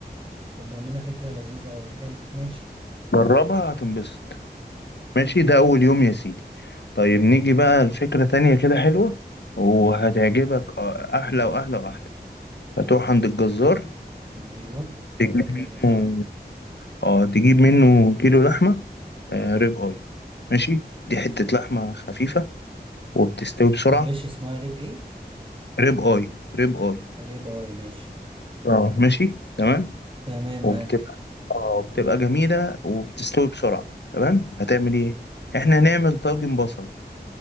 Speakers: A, on the right (about 30°); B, on the left (about 90°).
A: طب ما أنا فكرة لذيذة أوي حلو ماشي
B: جربها هتنبسط ماشي ده أول يوم يا سيدي طيب نيجي بقى لفكرة تانية كده حلوة وهتعجبك آه، أحلى وأحلى وأحلى هتروح عند الجزار
A: ايوه
B: تجيب
A: هات لي يا جزار
B: منه اه تجيب منه كيلو لحمة آه ريب اي ماشي دي حتة لحمة خفيفة وبتستوي بسرعة
A: معلش اسمها ريب ايه
B: ريب اي ريب اي
A: ريب اي ماشي
B: اه ماشي تمام
A: تمام
B: وبتبقى
A: معاك
B: اه بتبقى جميلة وبتستوي بسرعة تمام هتعمل ايه احنا هنعمل طاجن بصل